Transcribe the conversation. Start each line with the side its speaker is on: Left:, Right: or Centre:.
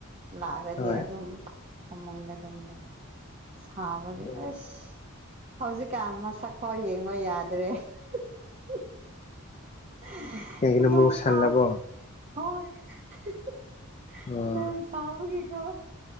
Right: ꯂꯥꯛꯑꯔꯗꯤ
Left: ꯍꯣꯏ
Right: ꯑꯗꯨꯝ ꯐꯃꯨꯡꯗ ꯑꯗꯨꯝ ꯂꯩ ꯁꯥꯕꯒꯤ
Left: ꯎꯝ
Right: ꯑꯁ ꯍꯧꯖꯤꯛꯀꯥꯟ ꯃꯁꯛ ꯐꯥꯎ ꯌꯦꯡꯕ ꯌꯥꯗ꯭ꯔꯦ ꯍꯛ ꯍꯛ ꯍꯛ <inaudible>
Left: ꯀꯩꯒꯤꯅꯣ
Right: ꯅꯣꯡ
Left: ꯃꯨꯁꯜꯂꯕꯣ
Right: ꯁꯥꯕ ꯑꯣꯔ ꯍꯤ ꯍꯤ ꯍꯤ
Left: ꯑꯣ
Right: ꯅꯣꯡ ꯆꯥꯕꯒꯤꯀꯣ